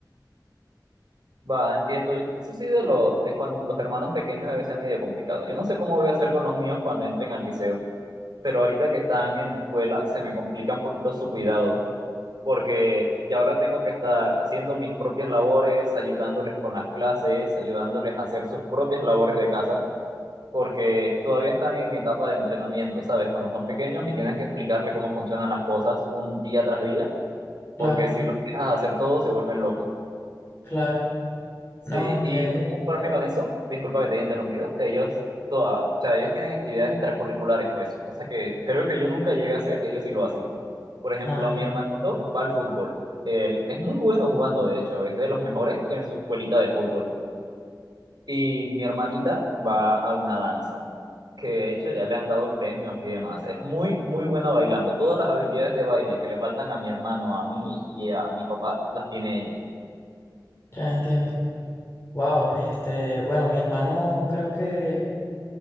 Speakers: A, on the right (about 65°); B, on the left (about 35°).
A: Va, entiendo. Eso sí de lo de cuando los hermanos pequeños debe ser medio complicado. Yo no sé cómo voy a hacer con los míos cuando entren al liceo, pero ahorita que están en la escuela se me complica un poquito su cuidado. porque ya ahora tengo que estar haciendo mis propias labores, ayudándoles con las clases, ayudándoles a hacer sus propias labores de casa, porque todavía están en etapa de entrenamiento, ¿sabes? Cuando son pequeños y tienes que explicarle cómo funcionan las cosas un día tras día, porque
B: Claro,
A: si los dejas hacer todo, se vuelven locos.
B: claro.
A: Sí,
B: No, este,
A: y no conforme con eso, disculpa que te haya interrumpido, ellos, toda, o sea, ellos tienen actividades extracurriculares, pues, cosa que creo que yo nunca llegué a hacer, ellos sí lo hacen. Por ejemplo,
B: nada, ok,
A: mi hermanito va al fútbol. Él es muy bueno jugando, de hecho, es de los mejores en su escuelita de fútbol. Y mi hermanita va a una danza, que de hecho ya le han dado premios y demás. Es muy, muy buena bailando. Todas las habilidades de baile que le faltan a mi hermano, a mí y a mi papá, las tiene ella.
B: ya entiendo. Wow, este, bueno, mi hermano creo que